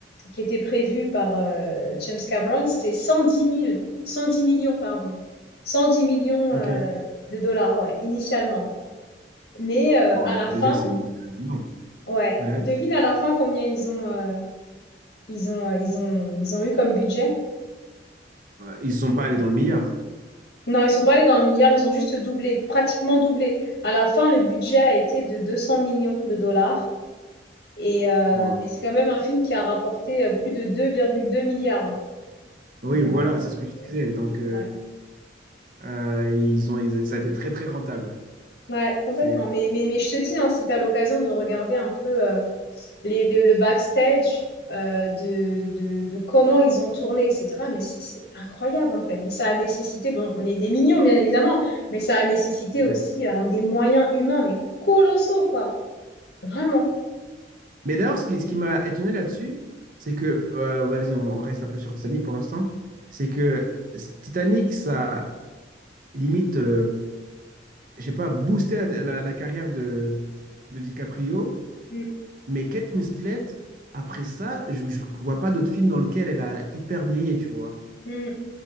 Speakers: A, on the left; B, on the right.
A: qui était prévu par euh, James Cameron, c'était cent dix mille cent dix millions, pardon. cent dix millions
B: ok.
A: euh, de dollars, ouais, initialement. Mais euh,
B: Waouh,
A: à la fin,
B: déjà, c'est. c'est énorme.
A: ouais,
B: Ouais.
A: devine à la fin combien ils ont, euh, ils ont, euh, ils ont, ils ont eu comme budget.
B: Ouais, Ils ne sont pas allés dans le meilleur.
A: Non, ils sont pas allés dans le milliard, ils ont juste doublé, pratiquement doublé. À la fin, le budget a été de 200 millions de dollars. Et, euh,
B: Waouh.
A: mais c'est quand même un film qui a rapporté euh, plus de 2,2 milliards. hein.
B: Oui,
A: Donc,
B: voilà, c'est ce que je
A: euh,
B: disais. Donc, euh,
A: ouais.
B: euh, ils ont, ils- ça a été très, très rentable.
A: Ouais, complètement.
B: C'est...
A: Mais, mais, mais je te dis, hein, si tu as l'occasion de regarder un peu euh, les- le, le backstage euh, de, de, de comment ils ont tourné, etc., mais c'est c'est incroyable en fait. Mais ça a nécessité, bon, les, des millions bien évidemment, mais ça a nécessité aussi
B: ouais.
A: euh, des moyens humains, mais colossaux, quoi. Vraiment.
B: Mais d'ailleurs, ce qui, ce qui m'a étonné là-dessus, c'est que, euh, vas-y, on, on reste un peu sur Titanic pour l'instant, c'est que Titanic, ça limite, euh, je sais pas, boosté la, la- la carrière de, de DiCaprio.
A: Mm,
B: Mais Kate Winslet, après ça, je ne vois pas d'autres films dans lesquels elle a hyper brillé, tu vois.
A: mm,